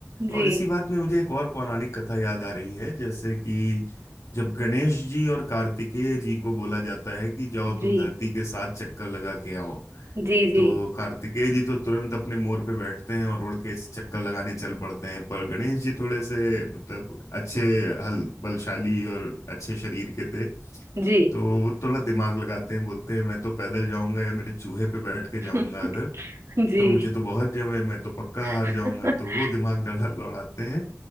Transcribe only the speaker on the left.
और इसी बात में मुझे एक और पौराणिक कथा याद आ रही है जैसे कि जब गणेश जी और कार्तिकेय जी को बोला जाता है कि जाओ तुम
धरती के साथ चक्कर लगा के आओ
तो कार्तिकेय जी तो तुरंत अपने मोर पे बैठते हैं और उड़ के चक्कर लगाने चल पड़ते हैं पर गणेश जी थोड़े से मतलब अच्छे हल बलशाली और अच्छे शरीर के थे
तो वो थोड़ा दिमाग लगाते हैं बोलते हैं मैं तो पैदल जाऊंगा या मेरे चूहे पे बैठ के
जाऊंगा अगर
तो मुझे तो बहुत जम है मैं तो पक्का हार
जाऊंगा तो वो दिमाग डला लौड़ाते हैं